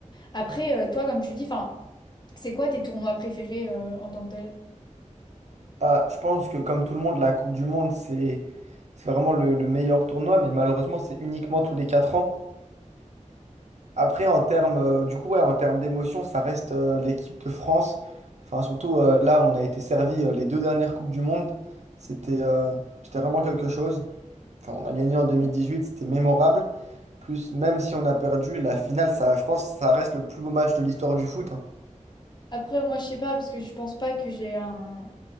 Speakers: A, on the left; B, on the right.
A: Après, euh, toi, comme tu dis, enfin, c'est quoi tes tournois préférés euh, en tant que tel?
B: Ah, je pense que comme tout le monde, la Coupe du Monde, c'est c'est vraiment le, le meilleur tournoi, mais malheureusement, c'est uniquement tous les 4 ans. Après, en termes, euh, du coup, ouais, en termes d'émotion, ça reste euh, l'équipe de France. Enfin, surtout euh, là, on a été servi euh, les deux dernières Coupes du Monde. C'était euh, c'était vraiment quelque chose. Enfin, on a gagné en 2018, c'était mémorable. Plus, même si on a perdu, la finale, ça, je pense, que ça reste le plus beau match de l'histoire du foot. hein.
A: Après, moi, je sais pas, parce que je pense pas que j'ai un...